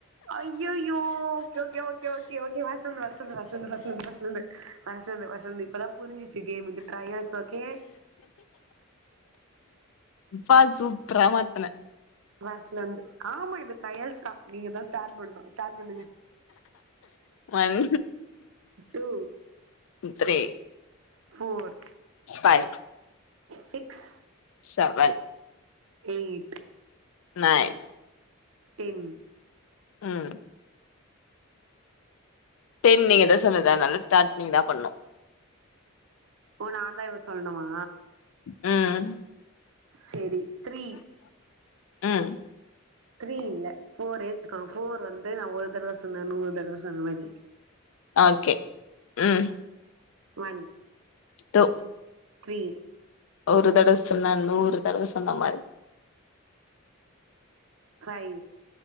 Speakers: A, on the right (about 65°); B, on the left (about 65°).
A: ஐயையோ okay okay okay okay okay ஃபர்ஸ்ட்லருந்து ஃபர்ஸ்ட்லருந்து ஃபர்ஸ்ட்லருந்து ஃபர்ஸ்ட்லருந்து ஃபர்ஸ்ட்லருந்து அடுத்தது ஃபர்ஸ்ட்லருந்து இப்பதா புரிஞ்சிச்சு கேமு இது ட்ரயல்ஸ் ஓகே
B: ப்பா சூப்ரா மாத்தன
A: ஃபர்ஸ்ட்ல இருந்து ஆமா இது ட்ரயல்ஸ்தா நீங்கதா ஸ்டார்ட் பண்ணு ஸ்டார்ட் பண்ணுங்க
B: one
A: two
B: three
A: four
B: five
A: six
B: seven
A: eight
B: nine
A: ten
B: ம் டென் நீங்கதா சொன்னது அதனால ஸ்டார்ட் நீங்கதா பண்ணு
A: ஓ நாதா இப்ப சொல்னுமா
B: ம்
A: சேரி த்ரீ
B: ம்
A: த்ரீ இல்ல ஃபோரே வச்சுக்கோங்க ஃபோர் வந்து நா ஒரு தடவ சொன்னா நூறு தடவ சொன்ன மாரி
B: ஓகே ம்
A: ஒன்
B: டு
A: த்ரீ
B: ஒரு தடவ சொன்னா நூறு தடவ சொன்னா மாரி
A: five